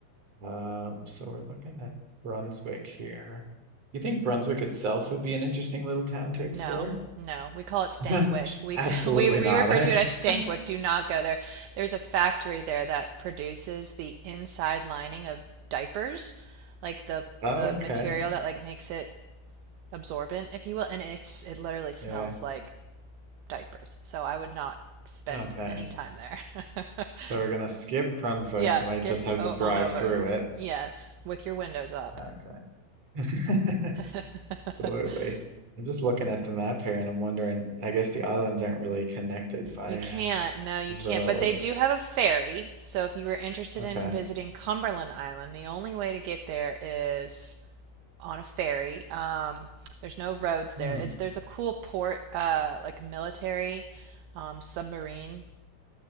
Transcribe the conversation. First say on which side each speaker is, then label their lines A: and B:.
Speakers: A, on the right (about 30°); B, on the right (about 70°).
A: Um, so we're looking at Brunswick here. You think Brunswick itself would be an interesting little town to explore?
B: No, no. We call it Stankwik.
A: <laughs>
B: We
A: Absolutely
B: c- <laughs> we we
A: not,
B: refer
A: eh?
B: to it as Stankwik.
A: <laughs>
B: Do not go there. There's a factory there that produces the inside lining of diapers, like the
A: Okay.
B: the material that like makes it absorbent, if you will, and it's it literally smells
A: Yeah.
B: like diapers. So I would not spend
A: Okay.
B: any time there. <laughs>
A: So we're gonna skip Brunswick.
B: Yeah,
A: Might
B: skip
A: just have
B: o
A: to drive
B: on over
A: through
B: it.
A: it.
B: Yes, with your windows up.
A: Okay. <laughs>
B: <laughs>
A: Absolutely. I'm just looking at the map here, and I'm wondering. I guess the islands aren't really connected by
B: You
A: a
B: can't. No, you
A: road.
B: can't. But they do have a ferry. So if you were interested
A: Okay.
B: in visiting Cumberland Island, the only way to get there is on a ferry. Um, there's no roads there.
A: Hmm.
B: It's there's a cool port, uh, like military um, submarine